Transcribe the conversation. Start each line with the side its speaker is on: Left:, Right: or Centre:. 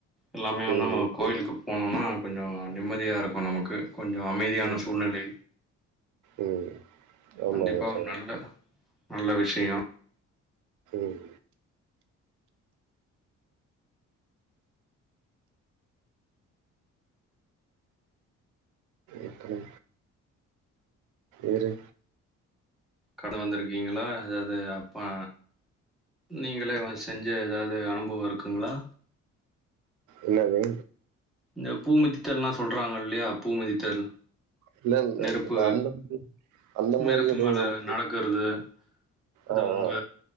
Centre: எல்லாமே வந்து
Right: ம் ம்
Centre: கோயிலுக்கு போனோம்னா கொஞ்சோ நிம்மதியா இருக்கும் நமக்கு. கொஞ்சோ அமைதியான
Right: ம்
Centre: சூழ்நிலை.
Right: ம் ஆமா
Centre: கண்டிப்பா
Right: சகோ
Centre: ஒரு நல்ல நல்ல விஷயம்.
Right: அ ம் எப்டி இரு
Centre: கட வந்திருக்கீங்களா அதாவது அப்பா நீங்களே வ செஞ்சு ஏதாது அனுபவம் இருக்குங்களா
Right: இல்லவை
Centre: இந்த பூ மிதித்தல்லா சொல்றாங்க இல்லையா பூ மிதித்தல்
Right: இல்ல இல்ல
Centre: நெருப்பு
Right: அந்த மாதிரி அந்த மாரி
Centre: நெருப்பு
Right: எதுவு
Centre: மேல
Right: நம்
Centre: நடக்கிறது அது
Right: ஆ
Centre: உங்க
Right: ஆ